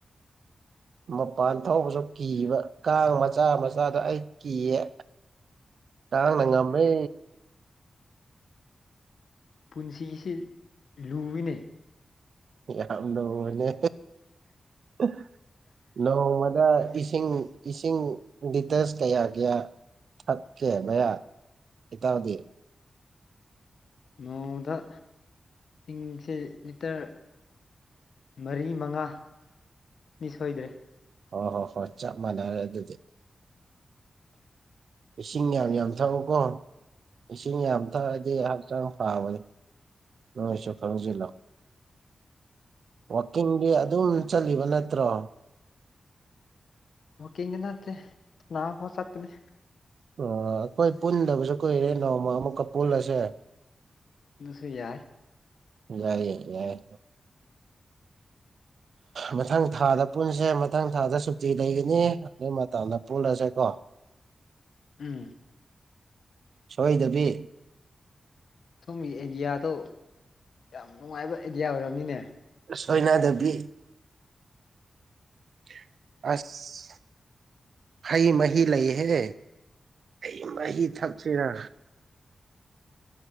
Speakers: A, on the right; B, on the left.
A: ꯃꯄꯥꯟ ꯊꯧꯕꯁꯨ ꯀꯤꯕ ꯀꯥꯡ ꯃꯆꯥ ꯃꯆꯥꯗ ꯑꯩ ꯀꯤꯌꯦ <unintelligible> ꯉꯝꯃꯦ
B: ꯄꯨꯟꯁꯤꯁꯤ ꯂꯨꯏꯅꯦ
A: ꯌꯥꯝ ꯂꯨꯑꯦ <unintelligible> ꯅꯣꯡꯃꯗ ꯏꯁꯤꯡ ꯏꯁꯤꯡ ꯂꯤꯇꯔꯁ ꯀꯌꯥ ꯀꯌꯥ ꯊꯛꯀꯦ ꯃꯌꯥ ꯏꯇꯥꯎꯗꯤ
B: ꯅꯣꯡꯃꯗ ꯢꯁꯤꯡꯁꯦ ꯂꯤꯇꯔ ꯃꯔꯤ ꯃꯉꯥ ꯗꯤ ꯁꯣꯏꯗ꯭ꯔꯦ
A: ꯑꯣ ꯍꯣ ꯍꯣ ꯆꯞ ꯃꯥꯟꯅꯔꯦ ꯑꯗꯨꯗꯤ ꯏꯁꯤꯡ ꯌꯥꯝ ꯌꯥꯝ ꯊꯛꯎꯀꯣ ꯏꯁꯤꯡ ꯌꯥꯝ ꯊꯛꯑꯗꯤ ꯍꯛꯆꯥꯡ ꯐꯕꯅꯤ ꯅꯣꯢꯁꯨ ꯈꯪꯖꯤꯜꯂꯣ ꯋꯥꯛꯀꯤꯡꯗꯤ ꯑꯗꯨꯝ ꯆꯠꯂꯤꯕ ꯅꯠꯇ꯭ꯔꯣ
B: ꯋꯥꯀꯤꯡꯒꯤ ꯅꯠꯇꯦ ꯆꯥꯕ ꯐꯥꯎ ꯆꯠꯄꯅꯤ
A: ꯑ ꯑꯩꯈꯣꯏ ꯄꯨꯟꯗꯕꯁꯨ ꯀꯨꯏꯔꯦ ꯅꯣꯡꯃ ꯑꯃꯨꯛꯀ ꯄꯨꯜꯂꯁꯦ
B: ꯑꯗꯨꯁꯨ ꯌꯥꯏ
A: ꯌꯥꯏꯌꯦ ꯌꯥꯏ
B: <unintelligible>
A: ꯃꯊꯪ ꯊꯥꯗ ꯄꯨꯟꯁꯦ ꯃꯊꯪ ꯊꯥꯗ ꯁꯨꯇꯤ ꯂꯩꯒꯅꯤ ꯑꯗꯨꯒꯤ ꯃꯇꯝꯗ ꯄꯨꯜꯂꯁꯦꯀꯣ
B: ꯎꯝ
A: ꯁꯣꯏꯗꯕꯤ
B: ꯁꯣꯝꯒꯤ ꯑꯦꯔꯤꯌꯥꯗꯣ ꯌꯥꯝ ꯅꯨꯡꯉꯥꯏꯕ ꯑꯦꯗꯤꯌꯥ ꯑꯣꯏꯔꯝꯅꯤꯅꯦ
A: ꯁꯣꯏꯅꯗꯕꯤ <inaudible> ꯑꯁ ꯍꯩ ꯃꯍꯤ ꯂꯩꯍꯦ ꯍꯩ ꯃꯍꯤ ꯊꯛꯁꯤꯔꯥ